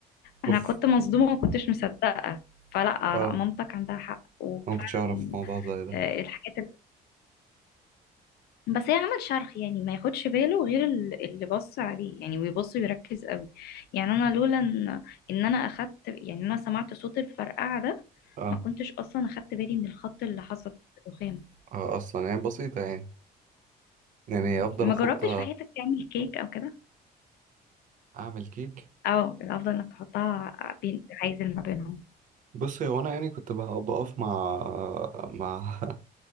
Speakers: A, on the left; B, on the right.
A: أنا
B: اوف
A: كنت مصدومة وما كنتش مصدقة فلا
B: آه.
A: لا مامتك عندها حق وفعلا
B: ما كنتش اعرف موضوع زي ده
A: آه، الحاجات بس هي عمل شرح يعني ما ياخدش باله غير ال- اللي بص عليه يعني ويبص ويركز قوي يعني انا لولا ان ان انا اخدت يعني انا سمعت صوت الفرقعه ده
B: اه,
A: ما كنتش اصلا اخدت بالي من الخط اللي حصل في الرخام
B: آه اصلا يعني بسيطه يعني يعني
A: مم.
B: افضل
A: ما
B: احط
A: جربتش في حياتك تعمل كيك او كده
B: اعمل كيك
A: او الافضل انك تحطها بين عايزل ما بينهم
B: بص هو انا يعني كنت بق- بقف مع مع <laughs>